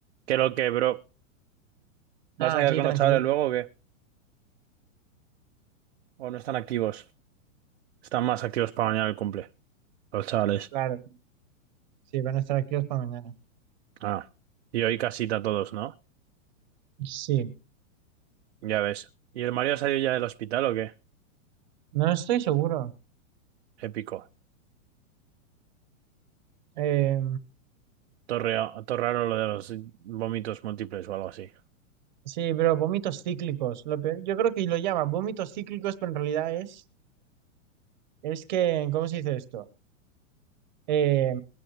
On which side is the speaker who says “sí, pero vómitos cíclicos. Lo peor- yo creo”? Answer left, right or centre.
Right